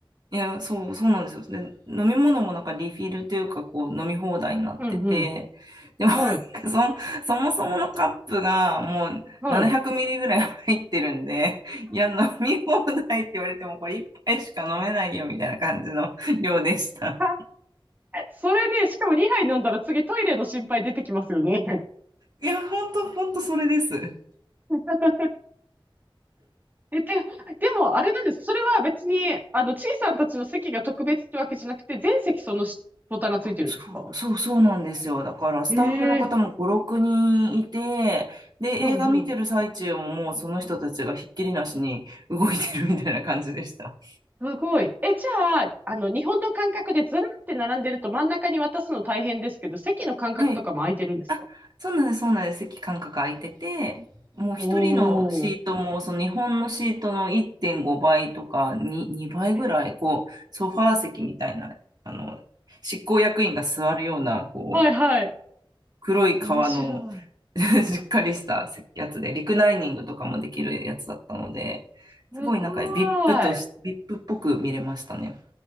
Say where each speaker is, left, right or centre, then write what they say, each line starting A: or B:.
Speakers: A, on the right (about 50°); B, on the right (about 20°).
A: いや、そう、そうなんですよ。で、飲み物もなんかリフィルというか、こう、飲み放題になってて、
B: <laughs> うんうん。
A: でも、
B: はい。
A: なんかそ、そもそものカップがもう700ミリぐらい入ってるんで、
B: はい。
A: いや、飲み放題って言われても、これ一杯しか飲めないよ、みたいな感じの量でした。
B: <laughs> それね、しかも2杯飲んだら次トイレの心配出てきますよね。
A: いや、ほんと、ほんとそれです。
B: <laughs> え、で、でも、あれなんです。それは別に、あの、ちいさんたちの席が特別ってわけじゃなくて、全席そのしボタンがついてるんですか
A: そうそうそうなんですよ。だからスタッフの方も5、
B: ええ
A: 6人いて、で、映画見てる最中ももうその人たちがひっきりなしに動いてるみたいな感じでした。
B: うんうん。すごい。え、じゃあ、あの、日本の感覚でずらって並んでると真ん中に渡すの大変ですけど、席の間隔とかも空いてるんですか
A: はい。あ、そうなんです、そうなんです。席間隔空いてて、もう一人のシートも、
B: おー。
A: その日本のシートの1.5倍とか2、2倍ぐらい、
B: えー
A: こう、ソファー席みたいな、あの、執行役員が座るような、こう、
B: はいはい。
A: 黒い革の
B: 面白い。
A: <laughs> しっかりしたやつで、リクライニングとかもできるやつだったので、
B: すご
A: すごいなんか VIP とし、
B: い。
A: VIP っぽく見れましたね。